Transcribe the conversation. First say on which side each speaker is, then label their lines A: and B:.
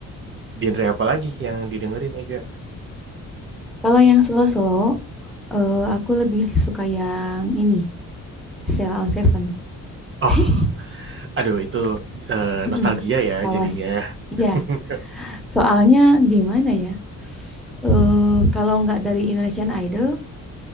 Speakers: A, on the right (about 40°); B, in the centre.
A: genre apa lagi yang didengerin Ega?
B: Kalau yang slow-slow, eh, aku lebih suka yang ini. Cell on Seven.
A: Oh,
B: <laughs>
A: aduh itu eh,
B: Mm-mm.
A: nostalgia ya
B: Lawas.
A: jadinya.
B: Iya.
A: <laughs>
B: Soalnya gimana ya? Eh, kalau nggak dari Indonesian Idol,